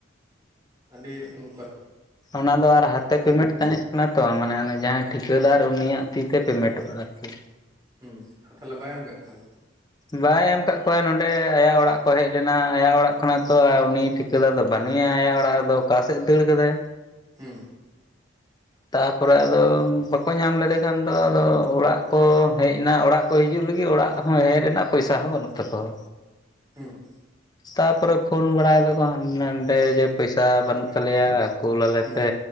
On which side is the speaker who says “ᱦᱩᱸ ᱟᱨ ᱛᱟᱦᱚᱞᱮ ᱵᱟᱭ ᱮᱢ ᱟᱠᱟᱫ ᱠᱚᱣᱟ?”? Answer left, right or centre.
Right